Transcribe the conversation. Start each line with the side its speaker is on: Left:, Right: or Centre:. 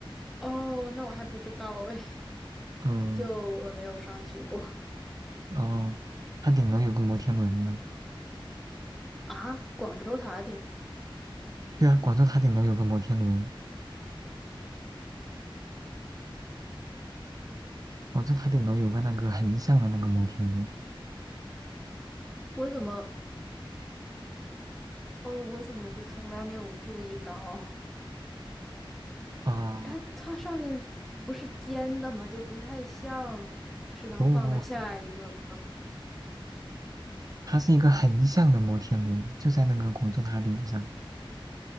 Centre: 哦，那我还不知道哎，
Right: 嗯，
Centre: <laughs> 就我没有上去过
Right: 哦，它顶楼有个摩天轮呢。
Centre: <laughs> 啊。广州塔顶，
Right: 对啊，广州塔顶楼有个摩天轮，广州塔顶楼有个那个横向的那个摩天轮。
Centre: 我怎么？哦，我怎么就从来没有注意到？
Right: 啊，
Centre: <laughs> 它它上面不是尖的吗？就不太像是能放得下一个。
Right: 不过不过它是一个横向的摩天轮，就在那个广州塔顶上，